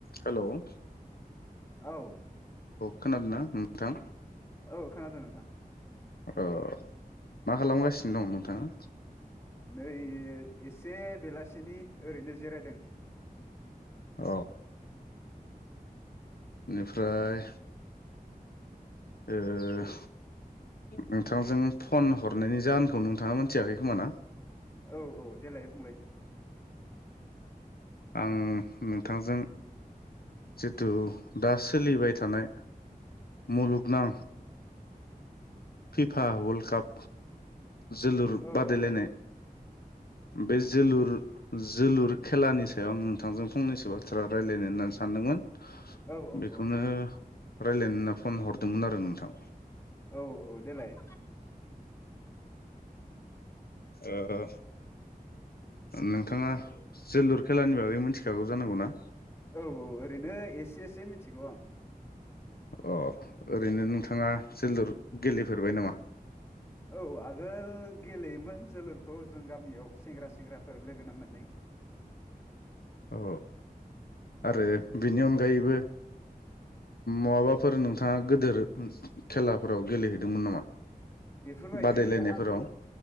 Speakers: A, on the left; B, on the left.
A: हेल'
B: औ
A: खोनादों नोंथां
B: औ खोनादों नोंथां
A: औ मा खालामगासिनो दं नोंथाङा
B: नै ए से बेलासिनि ओरैनो जिरायदों
A: अ बेनिफ्राय ओं नोंथांजों फन हरनायनि जाहोनखौ नोंथाङा मोनथियाखै खोमा ना?
B: औ औ देलाय बुंलाय
A: आं नोंथांजों जिथु दा सोलिबाय थानाय मुलुगनां फिफा वर्ल्ड काप जोलुर
B: औ
A: बादायलायनाय
B: औ
A: बे जोलुर जोलुर खेलानि सा याव नोंथांजों फनसो बाथ्रा रायज्लायनो होननानै सानदोंमोन।
B: औ
A: बेखौनो
B: औ
A: रायलायनो होनना फन हरदोंमोन आरो नोंथां।
B: औ औ देलाय।
A: ओं नोंथाङा जोलुर खेलानि बागै मिथिखागौ जानांगौ ना?
B: औ औ ओरैनो एसे एसे मिथिगौ आं।
A: अ ओरैनो नोंथाङा जोलुर गेलेफेरबाय नामा?
B: औ आगोल गेलेयोमोन जोलुरखौ जों गामियाव सेंग्रा सेंग्राफोर लोगो नांनानै।
A: अ आरो बेनि अनगायैबो माबाफोर नोंथाङा गेदोर खेलाफोराव गेलेहैदोंमोन नामा?
B: बेफोरबायदि
A: बादायलायनायफोराव
B: आं